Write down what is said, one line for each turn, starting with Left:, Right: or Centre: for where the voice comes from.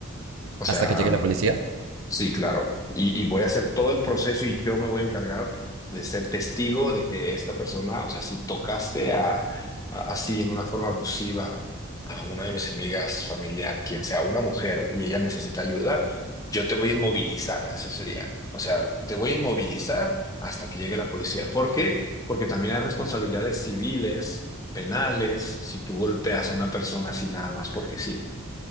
Left: O sea,
Right: hasta que llegue la policía.
Left: Sí, claro. Y, y voy a hacer todo el proceso y yo me voy a encargar de ser testigo de que esta persona, o sea, si tocaste a, a- así en una forma abusiva a una de mis amigas familiar, quien sea una mujer y ella necesita ayuda, yo te voy a inmovilizar, eso sería. O sea, te voy a inmovilizar hasta que llegue la policía. ¿Por qué? Porque también hay responsabilidades civiles, penales, si tú golpeas a una persona así nada más porque sí.